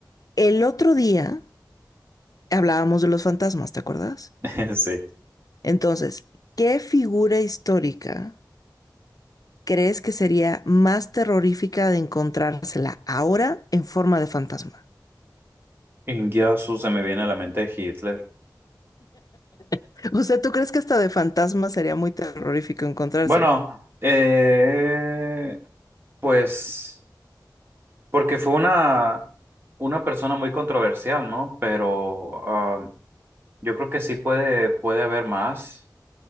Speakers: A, on the left (about 55°); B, on the right (about 30°).
A: el otro día hablábamos de los fantasmas, ¿te acuerdas?
B: <laughs> Sí.
A: Entonces, ¿qué figura histórica crees que sería más terrorífica de encontrársela ahora en forma de fantasma?
B: Ingiasu se me viene a la mente Hitler.
A: <laughs> O sea, ¿tú crees que hasta de fantasma sería muy terrorífico encontrárselo?
B: Bueno, eh, pues porque fue una, una persona muy controversial, ¿no? Pero ah, yo creo que sí puede, puede haber más